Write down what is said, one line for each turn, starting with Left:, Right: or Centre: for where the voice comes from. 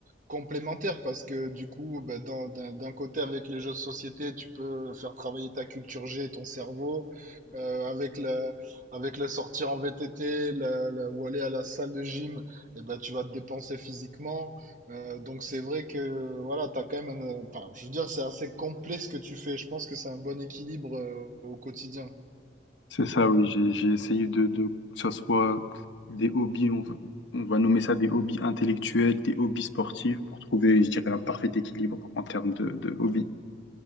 Right: complémentaires parce que du coup, bah, d'un d'un- d'un côté, avec les jeux de société, tu peux faire travailler ta culture G et ton cerveau. Euh, avec la, avec la sortie en VTT la- la- ou aller à la salle de gym, et ben tu vas te dépenser physiquement. Euh, donc c'est vrai que voilà, t'as quand même un- enfin, je veux dire, c'est assez complet ce que tu fais. Je pense que c'est un bon équilibre euh, au quotidien.
Left: C'est ça, oui. J'ai, j'ai essayé de, de, que ça soit des hobbies, on va, on va nommer ça des hobbies intellectuels, des hobbies sportifs, pour trouver, je dirais, un parfait équilibre en termes de, de hobbies.